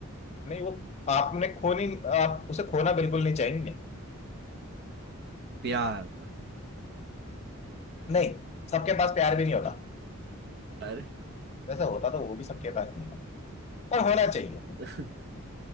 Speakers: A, on the left; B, on the right.
A: नहीं वो आपने खोनी आप उसे खोना बिल्कुल नहीं चाहेंगे
B: प्यार
A: नहीं सबके पास प्यार भी नहीं होता
B: अरे
A: वैसे होता तो वो भी सबके पास नहीं है पर होना चाहिए
B: <laughs>